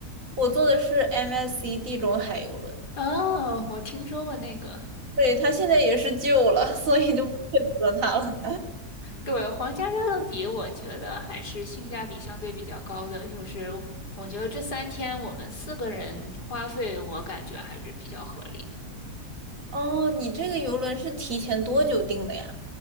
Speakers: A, on the right; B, on the left.
A: 我坐的是 MSC 地中海游轮，
B: 哦，我听说过那个，
A: 对，它现在也是旧了，<laughs> 所以就不选择它了。
B: 对，皇家加勒比，我觉得还是性价比相对比较高的。就是我觉得这三天我们四个人花费，我感觉还是比较合理的。
A: 哦，你这个游轮是提前多久订的呀？